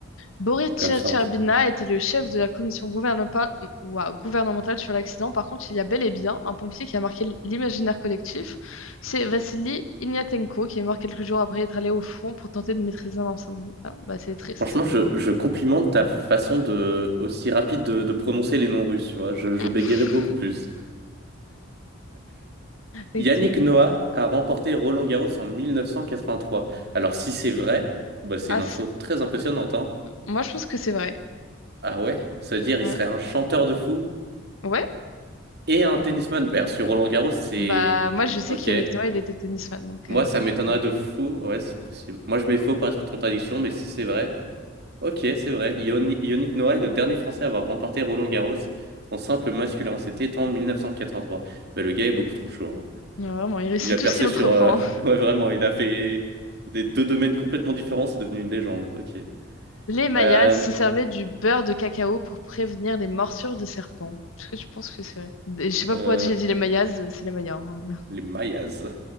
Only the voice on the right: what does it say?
Comme ça. on s-
Franchement, je, je complimente ta façon de aussi rapide de, de prononcer les noms russes, tu vois. Je,
je bégayerais beaucoup plus.
Yannick Noah a remporté Roland-Garros en 1983. Alors si c'est vrai, bah, c'est
une info
très impressionnante, hein.
Ah ouais, ça veut dire
il serait un chanteur de fou
et un tennisman. Bah, sur Roland-Garros, c'est...
Ok.
Moi,
ça
m'étonnerait
de fou. Ouais, c'est possible. Moi, je mets faux par contradiction, mais si c'est vrai... Ok, c'est vrai. Yoni- Yannick Noah est le dernier Français à avoir remporté Roland-Garros en simple masculin. C'était en 1983. Bah, le gars est beaucoup trop chaud, hein.
Il a percé
sur. euh, <laughs> Ouais, vraiment, il a fait des deux domaines complètement différents, c'est devenu une légende. Ok.
Euh,
euh,
les Mayas.